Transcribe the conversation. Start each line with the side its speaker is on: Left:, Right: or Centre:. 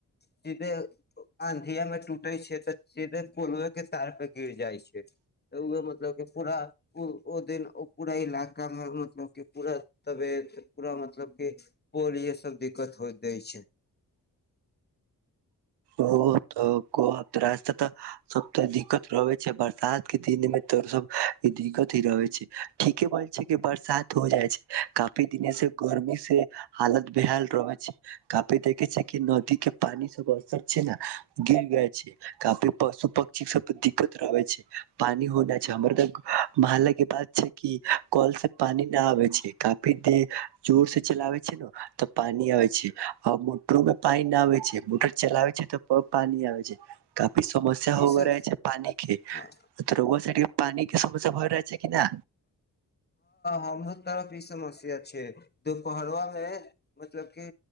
Left: सीधे आँधियामे टूटै छै, तऽ सीधे कलएके तारपर गिर जाइ छै, तऽ ओ मतलब कि पूरा ओ दिन पूरा इलाकामे मतलब कि पूरा तबेत पूरा मतलब क पोल य सब दिक्कत होइत दै छै।
Right: ओत कोत त त सब त दिक्कत रहे छै, बरसात के दिन में तो सब दिक्कत ही रहे छै। ठीके बोल छै, कि बरसात हो जाइ छै। काफी दिने से गर्मी से हालत बेहाल रहे छै, काफी देखे छै। कि नदी के पानी सब छै ने गिर गए छै। कापे पशु पक्षी सब पर दिक्कत रहबे छै। पानि होना छै, हमर तऽ महल के बात छै। कि कल से पानी न आबे छै, काफी देर जोर से चलाबे छै। ने तऽ पानी आबे छै आ मोटरो में पानी न आबे छै मोटर चलाबै छै तऽ प पानी आबै छै काफी समस्या
Left: ई
Right: हो
Left: सब
Right: गेल रहे छै पानी के
Left: हँ
Right: तो रउआ साइड के पानी के समस्या भय रहे छै कि ना
Left: हमहु तब ई समस्या छै दुपहरवा मे मतलब कि